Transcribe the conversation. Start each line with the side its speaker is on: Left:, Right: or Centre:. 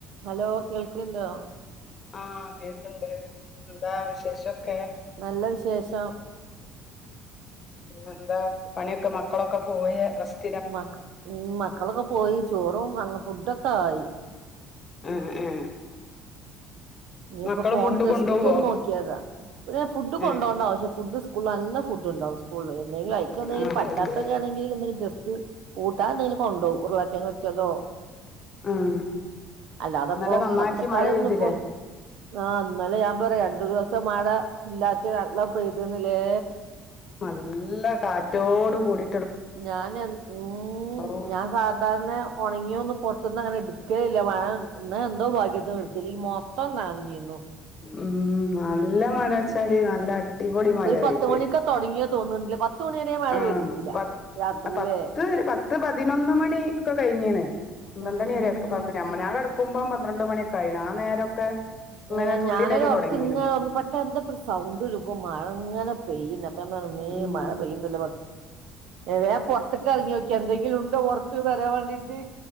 Right: Hello കേൾക്ണ്ടോ
Left: ആഹ് കേൾക്ണ്ട് എന്താ വിശേഷക്കെ
Right: നല്ല വിശേഷം
Left: പിന്നെ എന്താ പണിയൊക്കെ മക്കളൊക്കെ പോയ റെസ്
Right: മ ഉ മക്കളൊക്കെ പോയി ചോറും അ ഫുഡൊക്കെ ആയി
Left: ആഹ് ആഹ്
Right: ഇനീയിപ്പൊ
Left: മക്കള്
Right: ഫോൺ
Left: ഫുഡ്
Right: ജസ്റ്റ്
Left: കൊണ്ടോവോ
Right: ഒന്ന് നോക്കിയാതാ പിന്നെ ഫുഡ് കൊണ്ട്പോണ്ട
Left: ഏഹ്
Right: ആവശ്യം ഫുഡ് സ്കൂൾ നല്ല ഫുഡ്ണ്ടാവും സ്കൂള് എന്തെലും ആയി എന്തെങ്കിലും
Left: ആഹ്
Right: പറ്റാത്തൊക്കെ
Left: ആഹ്
Right: ആണെങ്കിൽ എന്തെങ്കും ജസ്റ്റ് കൂട്ടാൻ എന്തെങ്കിലും കൊണ്ടോ ഉരുളകിഴങ്ങ് പൊരിച്ചതോ
Left: ആഹ്
Right: അല്ലാതെപ്പോ
Left: ഇന്നലെ നന്നാക്കി
Right: പച്ചക്കറിയൊന്നും
Left: മഴ പെയ്തില്ലേ
Right: ഇപ്പോ ആഹ് അന്നലെ ഞാൻ പറയാ രണ്ടു ദിവസം മഴ ഇല്ലാത്ത വെള്ളം പെയ്തണില്ലേ
Left: നല്ല കാറ്റോട് കൂടി
Right: ഞാൻ എ ഉം
Left: ഔ
Right: ഞാൻ സാധാരണ ഉണങ്ങിയ ഒന്ന് പുറത്തുന്ന് അങ്ങനെ എടുക്കല്ല മഴ ഇന്ന് എന്തോ ഭാഗ്യത്തിനു എടുത്തി അല്ലെമൊത്തം നനഞ്ഞേന്നു
Left: ഉം നല്ല മഴച്ചാല് നല്ല അടിപൊളി മഴ
Right: ഒരു പത്ത്
Left: പെയ്ത്
Right: മണിക്കെ തുടങ്ങിയ തോന്നുന്നു പത്ത് മണി വരെ മഴ
Left: ആഹ്
Right: പെയ്തിട്ടില്ല
Left: പ
Right: രാത്രിയിലെ
Left: പത്ത് പത്ത് പതിനൊന്ന് മണി ഒക്കെ കഴിഞ്ഞീണ് പന്ത്രണ്ട്
Right: ഉം
Left: മണി വരെകെ മ്മ ഞാൻ കെടുക്കുമ്പം പന്ത്രണ്ട് മണിയൊക്കെ ആയി ആഹ് നേരൊക്കെ ഇങ്ങനെ
Right: ഏ
Left: തുള്ളിടല്
Right: ഞാനൊരു ഉറർക്ക
Left: തൊടങ്ങീണ്
Right: ഇങ്ങനെ ഉറങ്ങി അപ്പ എന്താ സൗണ്ട് ഇ മഴ അങ്ങെ പെയ്യുന്നപ്പ മേ
Left: ഉം
Right: മഴ പെയ്യണ്ടല്ല വേ പുറത്തൊക്കെ ഇറങ്ങി നോക്കി എന്തെങ്കിലും ഉണ്ടോ പുറത്ത് വാരാൻ വേണ്ടിട്ട്